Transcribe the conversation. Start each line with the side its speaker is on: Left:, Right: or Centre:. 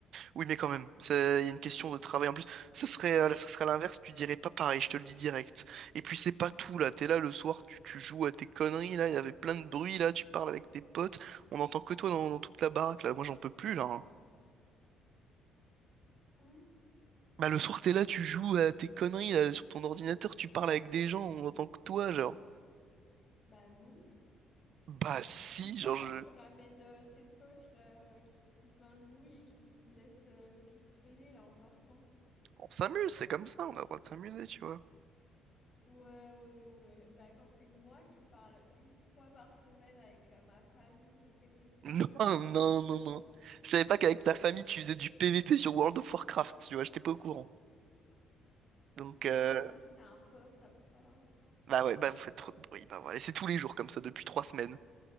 Right: Oui, mais quand même, ça- il y a une question de travail en plus. Ça serait, euh, ça serait à l'inverse, tu dirais pas pareil, je te le dis direct. Et puis c'est pas tout là, t'es là le soir, tu, tu joues à tes conneries là, il y avait plein de bruit là, tu parles avec tes potes, on entend que toi dans, dans toute la baraque là, moi j'en peux plus là. hein.
Left: Hum,
Right: Bah le soir t'es là, tu joues à tes conneries là, sur ton ordinateur, tu parles avec des gens, on entend que toi genre.
Left: Bah non.
Right: Bah si,
Left: Et toi,
Right: genre
Left: quand
Right: je...
Left: tu ramènes euh, tes potes là, euh, qui font plein de bruit et qui laissent euh, tout traîner là en partant?
Right: on s'amuse, c'est comme ça, on a le droit de s'amuser, tu vois. <laughs>
Left: Ouais, ouais, ouais. Bah, quand c'est moi qui parle une fois par semaine avec euh, ma famille au téléphone,
Right: Non,
Left: euh, c'est
Right: non,
Left: un problème.
Right: non, non. Je savais pas qu'avec ta famille tu faisais du PVP sur World of Warcraft, tu vois, j'étais pas au courant. Donc,
Left: Non,
Right: euh,
Left: mais ça, c'est un pote après. euh.
Right: Bah ouais, bah vous faites trop de bruit. Bah voilà, et c'est tous les jours comme ça depuis trois semaines.